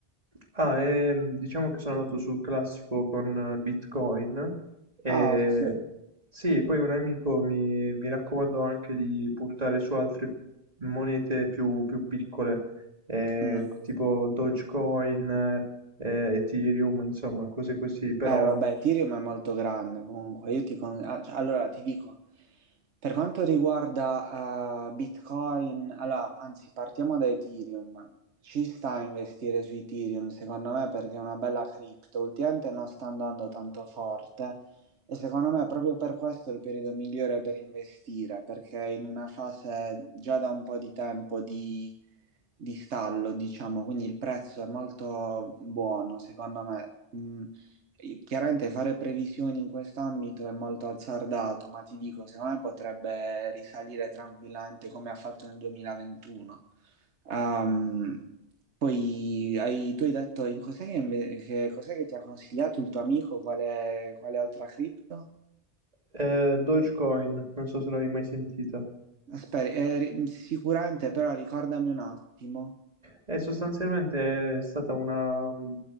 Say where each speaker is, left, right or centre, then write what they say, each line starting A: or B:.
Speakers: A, on the right (about 35°); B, on the right (about 80°).
A: Ah, ehm, diciamo che sono andato sul classico con eh, Bitcoin e
B: Ah, ok.
A: sì, poi un amico mi, mi raccomandò anche di puntare su altre monete più, più piccole, eh,
B: Mm.
A: tipo Dogecoin, eh, Ethereum, insomma, cose così, però
B: Eh, vabbè, Ethereum è molto grande comunque. Io ti con- ah, cioè, allora ti dico, per quanto riguarda eh, Bitcoin, allora, anzi, partiamo da Ethereum. Ci sta a investire su Ethereum, secondo me, perché è una bella cripto. Ultimamente non sta andando tanto forte e secondo me proprio per questo è il periodo migliore per investire, perché è in una fase già da un po' di tempo di di stallo, diciamo, quindi il prezzo è molto buono, secondo me. Mm, Chiaramente fare previsioni in quest'ambito è molto azzardato, ma ti dico, secondo me potrebbe risalire tranquillamente come ha fatto nel 2021. Ehm, poi hai- tu hai detto in cos'è che, inve- che- cos'è che ti ha consigliato il tuo amico, quale, quale altra cripto?
A: eh, Dogecoin, non so se l'avevi mai sentita.
B: Aspetta, eh, ri- sicuramente però ricordami un attimo.
A: E sostanzialmente è stata una mhmm,